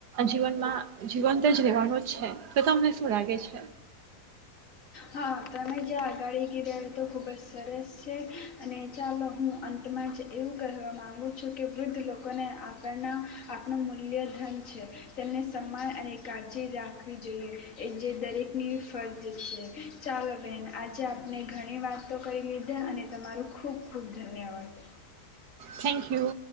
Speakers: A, on the right (about 85°); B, on the left (about 55°).
A: જીવનમાં જીવંત જ રહેેવાનું જ છે તો તમને શું લાગે છે.
B: હા તમે જ આગાડી કીધ તો ખૂબ જ સરસ છે અને ચાલો હું અંતમાં જ એવું કહેવા માંગુ છું કે વૃદ્ધ લોકોને આપણ આપણ મલ્યધન છે તેમને સમ્માન અને કાળજી રાખવી જોઈએ એ જે દરેકની ફરજ છે. ચાલો બહેન આજે આપને ઘણી વાતો કરી લીધે અને તમારું ખૂબ ખૂબ ધન્યવાદ.
A: Thank you.